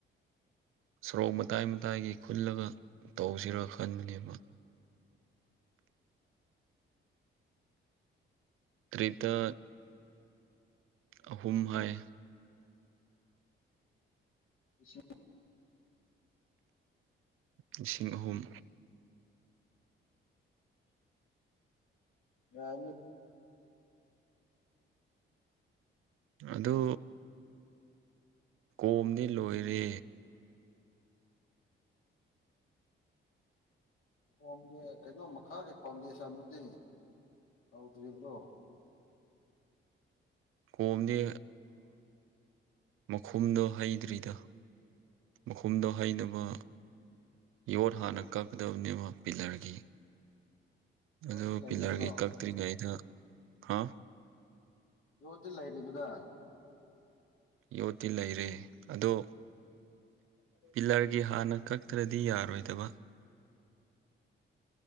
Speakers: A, on the right; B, on the left.
A: ꯁꯣꯔꯣꯛ ꯃꯇꯥꯏ ꯃꯇꯥꯏꯒꯤ ꯈꯨꯜꯂꯒ ꯇꯧꯁꯤꯔꯥ ꯈꯟꯕꯅꯦꯕ ꯇ꯭ꯔꯤꯠꯇ ꯑꯍꯨꯝ ꯍꯥꯏ
B: ꯂꯤꯁꯤꯡ
A: ꯂꯤꯁꯤꯡ ꯑꯍꯨꯝ
B: ꯑꯣ ꯌꯥꯏꯅꯦ
A: ꯑꯗꯨ ꯀꯣꯝꯗꯤ ꯂꯣꯏꯔꯦ
B: ꯀꯣꯝꯗꯤ ꯀꯩꯅꯣꯝ ꯃꯈꯥꯒꯤ ꯐꯥꯎꯟꯗꯦꯁꯟꯗꯨꯗꯤ ꯇꯧꯗ꯭ꯔꯤꯕ꯭ꯔꯣ
A: ꯀꯣꯝꯗꯤ ꯃꯈꯨꯝꯗꯣ ꯍꯩꯗ꯭ꯔꯤꯗ ꯃꯈꯨꯝꯗꯣ ꯍꯩꯅꯕ ꯌꯣꯠ ꯍꯥꯟꯅ ꯀꯛꯀꯗꯕꯅꯦꯕ ꯄꯤꯂꯔꯒꯤ꯫
B: ꯌꯣꯠꯇꯤ
A: ꯑꯗꯨ
B: ꯂꯩꯔꯕ꯭ꯔꯣ
A: ꯄꯤꯂꯔꯒꯤ ꯀꯛꯇ꯭ꯔꯤꯉꯩꯗ ꯍꯥ
B: ꯌꯣꯠꯇꯤ ꯂꯩꯔꯤꯕꯔꯥ꯫
A: ꯌꯣꯠꯇꯤ ꯂꯩꯔꯦ ꯑꯗꯣ꯫
B: <inaudible>
A: ꯄꯤꯂꯔꯒꯤ ꯍꯥꯟꯅ ꯀꯛꯇ꯭ꯔꯗꯤ ꯌꯥꯔꯣꯏꯗꯕ꯫